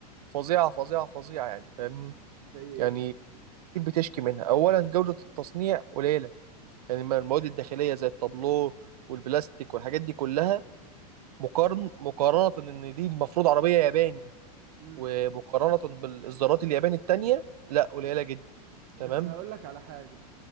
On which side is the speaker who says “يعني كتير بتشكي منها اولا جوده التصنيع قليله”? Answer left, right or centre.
Right